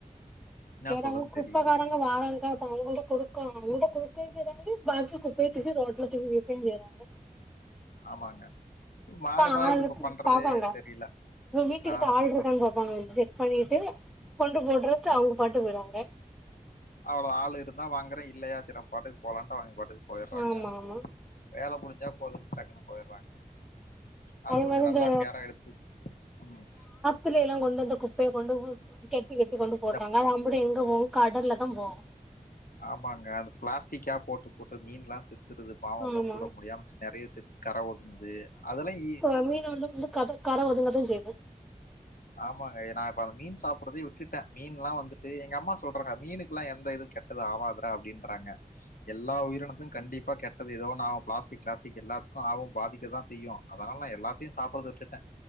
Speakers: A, on the left; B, in the centre.
A: என்ன
B: எதையும்
A: சொல்றதுன்னு
B: குப்பகாரங்க
A: தெரியல
B: வாராங்கா அவுங்கள்ட்ட கொடுக்க அவுங்கள்ட குடுக்கையும் செய்யுறாங்க பாக்கி குப்பைய தூக்கி ரோட்ல வீசவும் செய்றாங்க
A: ஆமாங்க மாறி
B: இப்ப
A: மாறி
B: ஆள்ருக்கு
A: இப்டி இப்ப பண்றது
B: பாப்பாங்க
A: தெரியல.
B: வீட்டுக்கிட்ட
A: ஆ
B: ஆள் இருக்கும்போ ங்க வந்து செக் பண்ணிட்டு கொண்டு போட்டுறதுக்கு அவுங்க பாட்டு போயிறாங்க
A: அவ்வளவுத ஆள் இருந்தா வாங்குறேன் இல்லயா செரி நம்ப பாட்டுக்கு போலான்ட்டு அவுங்க பாட்டுக்கு போயிறாங்க
B: ஆமா ஆமா
A: வேல முடிஞ்ச போதுன்னு டக்குன்னு போய்யிறாங்க அது
B: அதே
A: கொஞ்சம்
B: மாரி
A: நல்லா
B: இந்த
A: கேர எடுத்து ம்
B: வெளிய எல்லாம் கொண்டு வந்து குப்பைய கொண்டு கெட்டி கெட்டி கொண்டு போடறாங்க
A: இந்த
B: அது அம்முட்டும் எங்க போவும் கடல்ல தான் போவும்
A: ஆமாங்க அது பிளாஸ்டிக்கா போட்டு போட்டு மீன்லாம் செத்துருது பாவம் மூச்சு
B: ஆமா
A: வுட முடியாம நிறைய செத்து கர ஒதுங்குது அதெல்லாம்
B: அந்த மீன் வந்து கடல் கர ஒதுங்கதான் செய்யும்
A: ஆமாங்க நா இப்ப அந்த மீன் சாப்பறதே விட்டுட்ட மீன்லாம் வந்துட்டு எங்க அம்மா சொல்றாங்க மீனுக்குலாம் எந்த இது கெட்ட ஏதும் ஆவாதுறா அப்டின்றாங்க எல்லா உயிரினத்தும் கண்டிப்பாக கெட்டது ஏதோ ஒன்னு ஆவும் பிளாஸ்டிக் பிளாஸ்டிக் எல்லாத்துக்கும் ஆவும் பாதிக்க தான் செய்யும் அதனால நா எல்லத்தையும் சாப்பறது விட்டுட்டேன்